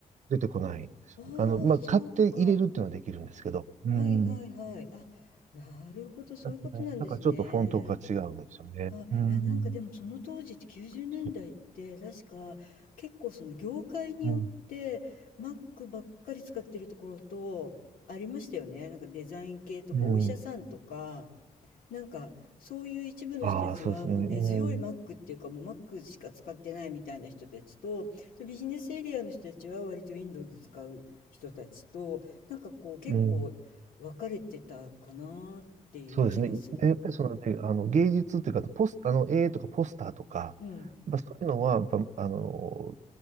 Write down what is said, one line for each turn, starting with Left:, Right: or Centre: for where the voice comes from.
Right: 出てこないんですよね。
Left: ああ、
Right: あの、まあ、
Left: そうか。
Right: 買って入れるっていうのはできるんですけど、うん、
Left: はいはいはい。あ、なるほど、そういうことなんですね。
Right: だだからちょっとフォントが違うんですよね。
Left: あ、
Right: うん、
Left: いや、なんかでもその当時って90年代って確か結構その業界によって
Right: そう、うん、
Left: Mac ばっかり使ってるところとありましたよね。なんかデザイン系とかお医者さんとか
Right: うん。
Left: なんかそういう一部の人たちはもう根強いマックっていうかもうマックしか使ってないみたいな人たちと、
Right: ああ、そうですね。うん、
Left: とビジネスエリアの人たちは割と Windows 使う人たちとなんかこう結構分かれてたかなっていう気がする。
Right: うん。そうですね。で、やっぱりそのね、あの芸術っていうか、ポス、あの、絵とかポスターとか、
Left: うん。
Right: やっぱそういうのは、やっぱ、あの、